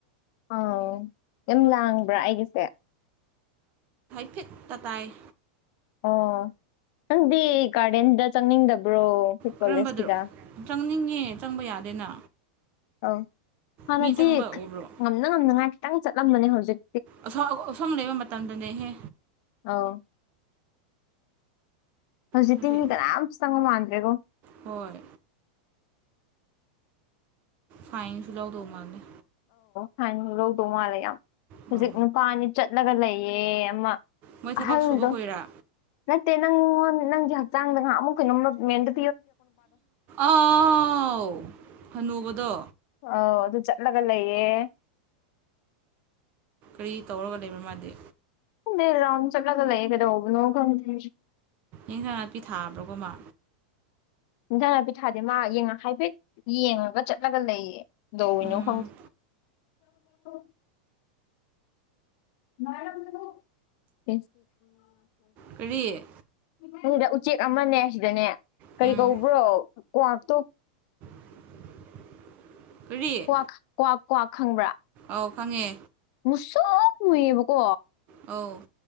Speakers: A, on the left (about 50°); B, on the right (about 35°).
A: ꯑꯥꯎ ꯌꯥꯝ ꯂꯥꯡꯕ꯭ꯔ ꯑꯩꯒꯤꯁꯦ
B: ꯐꯤꯠꯇ ꯇꯥꯏ
A: ꯑꯣ ꯅꯪꯗꯤ ꯒꯥꯔꯗꯦꯟꯗ ꯆꯪꯅꯤꯡꯗꯕ꯭ꯔꯣ ꯑꯩꯈꯣꯏ
B: ꯀꯔꯝꯕꯗꯔꯣ
A: ꯀꯣꯂꯦꯖꯀꯤꯗ
B: ꯆꯪꯅꯤꯡꯉꯦ ꯆꯪꯕ ꯌꯥꯗꯦꯅ
A: ꯑꯧ ꯍꯥꯟꯅꯗꯤ
B: ꯃꯤ ꯆꯪꯕ ꯎꯕ꯭ꯔꯣ
A: ꯉꯝꯅ ꯉꯝꯅꯉꯥꯏ ꯈꯤꯇꯪ ꯆꯠꯂꯝꯕꯅꯦ ꯍꯧꯖꯤꯛ
B: ꯑꯁꯥꯎ ꯑꯁꯣꯝ ꯂꯩꯕ ꯃꯇꯝꯗꯅꯦꯍꯦ
A: ꯑꯧ ꯍꯧꯖꯤꯛꯇꯤ
B: ꯍꯧꯖꯤꯛ
A: ꯃꯤ ꯀꯅꯥꯝ ꯆꯪꯕ ꯃꯥꯟꯗ꯭ꯔꯦꯕꯣ
B: ꯍꯣꯏ ꯐꯥꯏꯟꯁꯨꯨ ꯂꯧꯗꯧ ꯃꯥꯟꯂꯦ
A: ꯐꯥꯏꯟ ꯂꯧꯗꯧ ꯃꯥꯜꯂꯦ ꯌꯥꯝ
B: ꯕ꯭ꯔꯣ
A: ꯍꯧꯖꯤꯛ ꯅꯨꯄꯥꯅꯤ ꯆꯠꯂꯒ ꯂꯩꯌꯦ ꯑꯃ
B: ꯃꯣꯏ ꯊꯕꯛ
A: ꯑꯍꯜꯗꯣ
B: ꯁꯨꯕ ꯈꯣꯏꯔꯥ
A: ꯅꯠꯇꯦ ꯅꯪꯉꯣꯟ ꯅꯪꯒꯤ ꯍꯛꯆꯥꯡꯗ ꯉꯍꯥꯟꯃꯨꯛ ꯀꯩꯅꯣꯝꯃ ꯃꯦꯝꯗ
B: ꯑꯥꯎ ꯍꯅꯨꯕꯗꯣ
A: ꯑꯥꯎ ꯑꯗꯨ ꯆꯠꯂꯒ ꯂꯩꯌꯦ
B: ꯀꯔꯤ ꯇꯧꯔꯒ ꯂꯩꯕ ꯃꯥꯗꯦ
A: ꯈꯪꯗꯦ ꯔꯥꯎꯟ ꯆꯠꯂꯒ ꯂꯩꯌꯦ ꯀꯩꯗꯧꯕꯅꯣ ꯈꯪꯗꯦ
B: ꯏꯟꯁꯥꯡ ꯅꯥꯄꯤ ꯊꯥꯕ꯭ꯔꯣꯀꯣ ꯃꯥ
A: ꯍꯤꯟꯖꯥꯡ ꯅꯥꯄꯤ ꯊꯥꯗꯦ ꯃꯥ ꯌꯦꯡꯉ ꯍꯥꯏꯐꯦꯠ ꯌꯦꯡꯉꯒ ꯆꯠꯂꯒ ꯂꯩꯌꯦ ꯗꯧꯔꯤꯅꯣ
B: ꯎꯝ
A: ꯈꯪꯗꯦ <unintelligible> <unintelligible>
B: ꯀꯔꯤ
A: ꯈꯪꯗꯦ ꯎꯆꯦꯛ ꯑꯃꯅꯦ ꯁꯤꯗꯅꯦ ꯀꯔꯤ
B: ꯎꯝ
A: ꯀꯧꯕ꯭ꯔꯣ ꯀ꯭ꯋꯥꯛꯇꯣ
B: <inaudible> ꯀꯔꯤ
A: ꯀ꯭ꯋꯥꯛ ꯀ꯭ꯋꯥꯛ ꯀ꯭ꯋꯥꯛ ꯈꯪꯕ꯭ꯔꯥ
B: ꯑꯧ ꯈꯪꯉꯦ
A: ꯃꯨꯁꯨꯛ ꯃꯨꯏꯌꯦꯕ ꯀꯣ
B: ꯑꯧ